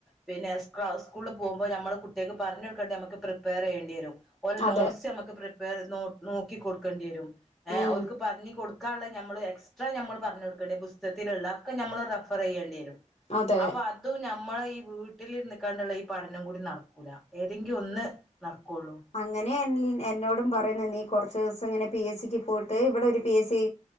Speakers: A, in the centre; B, on the left (about 50°).
A: പിന്നെ സ് സ്കൂളിൽ പോവുമ്പോ നമ്മള് കുട്ടിയാക്ക് പറഞ്ഞ് കൊടുക്കണ്ടി നമുക്ക് പ്രിപ്പയർ ചെയ്യേണ്ടി വരും ഓലെ
B: അതെ
A: നോട്ട്സ് നമുക്ക് പ്രി പ്പയർ നോ നോക്കി കൊടുക്കേണ്ടി യേരും ഏ
B: ഉം
A: ഓല്ക്ക് പറഞ്ഞ് കൊടു ക്കാള്ളത് നമ്മള് എക്സ്ട്രാ നമ്മള് പറഞ് കൊടുക്കേണ്ടി പുസ്തകത്തിലുള്ള ഒക്കെ ഞമ്മള് റെഫർ ചെയ്യേണ്ടി വരും
B: അതെ
A: അപ്പൊ അതുംഞ നമ്മളെ ഈ വീട്ടിലിര്ന്ന്ക്കാണ്ടുള്ള ഈ പഠനം കൂടി നടക്കൂല ഏതെങ്കിലും ഒന്ന് നടക്കുള്ളൂ
B: അങ്ങനെ എൻലിൻ എന്നോടും പറയുന്നെ നീ കൊറച്ച് ദിവസം ഇങ്ങനെ പി എസ് സിക്ക് പോയിട്ട് ഇവിടെ ഒരു പി എസ് സി